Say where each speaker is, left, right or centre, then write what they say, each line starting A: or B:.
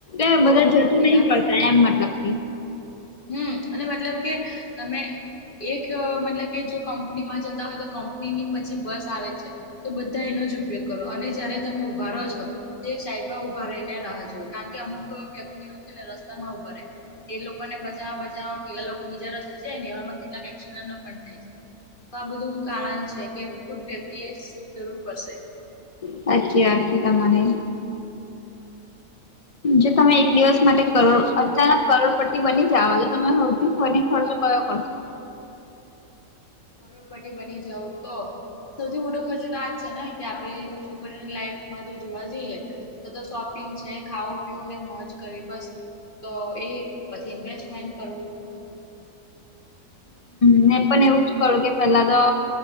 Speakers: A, on the left (about 65°); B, on the left (about 35°).
A: એ બધા
B: તો
A: જતું નહિ
B: એના
A: પડતા
B: પર
A: એમ મતલબ કે.
B: હમ અને મતલબ કે, તમે એક મતલબ કે જો કંપનીમાં જતા હોય તો કંપની ની પછી બસ આવે છે. તો બધા એનો જ ઉપયોગ કરો અને જયારે તમે ઉભા રહો છો. તે સાઈડ માં ઉભા રહીને રાહ જોુ કારણ કે અમુક વ્યક્તિઓ છે ને રસ્તા માં ઉભા રહે. એ લોકો ને બજા બ પેલા લોકો બીજા રસ્તે જાય ને એવામાં કેટલાકક્સડ પણ થાય છે, તો આ બધું કાર કે ખુદ વ્યક્તિ એ જરૂર પડશે.
A: સાચી વાત છે તમારે.
B: હમ.
A: જો તમે એક દિવસ માટે કરોડ અચાનક કરોડપતિ બની જાઓ જો તમે હવથી ફરી ખર્ચો કરો? ઓછ?
B: કરોડપતિ બની જાવ તો સૌથી મોટો ખર્ચો તો આજ છે ને કે આપડી છોકરીઓની લાઈફમાં જો જોવા જઈએ. તો તો શોપિંગ છે ખાવું પીવું ને મોજ કરવી બસ. તો એ પછી ઇન્વેસ્ટમેન્ટ કરવું બધું.
A: હ મે પણ એવું જ કરું કે પેલા તો